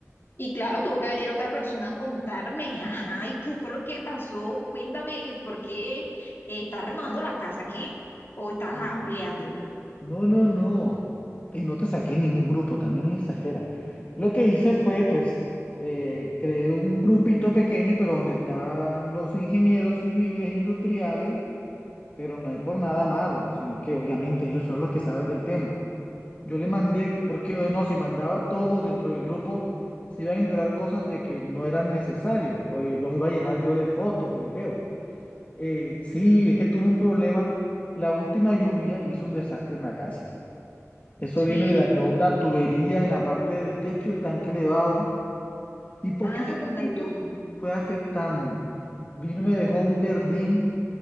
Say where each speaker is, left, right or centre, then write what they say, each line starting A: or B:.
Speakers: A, on the left; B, on the left.
A: Y claro, tuvo que venir otra persona a contarme. Ajá, ¿y qué fue lo que pasó? Cuéntame, ¿por qué eh, estás renovando la casa, qué? ¿O estás ampliándola?
B: Mm. No, no, no. Y no te saqué ningún grupo, también exagera. Lo que hice fue, pues, eh, creé un grupito pequeño, pero donde están los ingenieros civiles, industriales, pero no es por nada malo, sino que obviamente ellos son los que saben del tema. Yo le mandé,
A: Mm,
B: porque de no, si mandaba todo dentro del grupo, se iban a enterar cosas de que no eran necesarios, o y los iba a llenar yo de fotos o videos. Eh, sí, es que tuve un problema. La última lluvia hizo un desastre en la casa. Eso
A: Sí,
B: vino y dañó
A: ¿y eso.
B: una tubería en la parte del techo, el tanque elevado, y poquito
A: Ándale.
B: a poquito fue afectando. Vino y me dejó un verdín